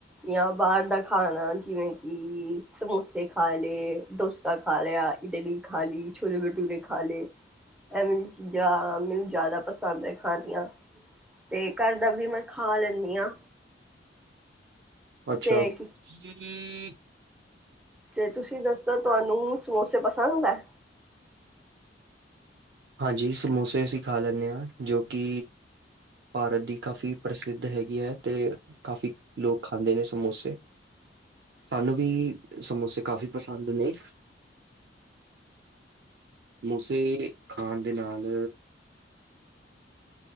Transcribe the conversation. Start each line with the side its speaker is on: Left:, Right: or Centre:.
Centre: ਜਾਂ ਬਾਹਰ ਦਾ ਖਾਣਾ ਜਿਵੇਂ ਕਿ ਸਮੋਸੇ ਖਾ ਲਏ ਡੋਸਾ ਖਾ ਲਿਆ ਦੇ ਖਾ ਲਈ ਛੋਲੇ ਭਟੂਰੇ ਖਾ ਲਏ ਐਵੇਂ ਚੀਜ਼ਾਂ ਮੈਨੂੰ ਜ਼ਿਆਦਾ ਪਸੰਦ ਹੈ ਖਾਣੀਆਂ ਤੇ ਘਰ ਦਾ ਵੀ ਮੈਂ ਖਾ ਲੈਂਦੀ ਹਾਂ
Right: ਅੱਛਾ
Centre: ਤੇ ਕੀ
Right: <unintelligible>
Centre: ਤੇ ਤੁਸੀਂ ਦੱਸੋ ਤੁਹਾਨੂੰ ਸਮੋਸੇ ਪਸੰਦ ਹੈ
Right: ਹਾਂਜੀ ਸਮੋਸੇ ਅਸੀਂ ਖਾ ਲੈਂਦੇ ਹਾਂ ਜੋ ਕਿ ਭਾਰਤ ਦੀ ਕਾਫ਼ੀ ਪ੍ਰਸਿੱਧ ਹੈਗੀ ਹੈ ਤੇ ਕਾਫ਼ੀ ਲੋਕ ਖਾਂਦੇ ਨੇ ਸਮੋਸੇ ਸਾਨੂੰ ਵੀ ਸਮੋਸੇ ਕਾਫ਼ੀ ਪਸੰਦ ਨੇ ਸਮੌਸੇ ਖਾਣ ਦੇ ਨਾਲ